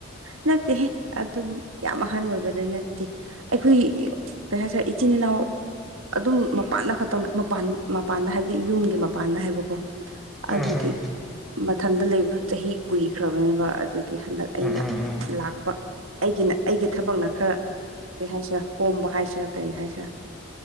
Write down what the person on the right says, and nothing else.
ꯅꯠꯇꯦ ꯑꯗꯨꯝ ꯌꯥꯝ ꯑꯍꯜ ꯑꯣꯏꯕꯗ ꯅꯠꯇꯦ ꯑꯩꯈꯣꯏ ꯀꯩ ꯍꯥꯏꯁꯔꯦ ꯏꯆꯤꯟ ꯏꯅꯥꯎ ꯑꯗꯨꯝ ꯃꯄꯥꯟꯗ ꯈꯛꯇꯪ ꯃꯄꯥꯟ ꯃꯄꯥꯟꯗ ꯍꯥꯏꯕꯗꯤ ꯌꯨꯝꯒꯤ ꯃꯄꯥꯟꯗ ꯍꯥꯏꯕꯀꯣ
ꯑꯗꯨꯒꯤ
ꯃꯊꯟꯗ ꯂꯩꯕꯗꯨꯣ ꯆꯍꯤ ꯀꯨꯏꯈ꯭ꯔꯕꯅꯦꯕ ꯑꯗꯨꯒꯤ ꯍꯟꯗꯛ ꯑꯩꯅ
ꯂꯥꯛꯄ ꯑꯩꯒꯤꯅ ꯑꯩꯒꯤ ꯊꯕꯛꯅ ꯈꯔ ꯀꯔꯤ ꯍꯥꯏꯁꯤꯔꯥ ꯀꯣꯝꯕ ꯍꯥꯏꯁꯤꯔꯥ ꯀꯔꯤ ꯍꯥꯏꯁꯤꯔꯥ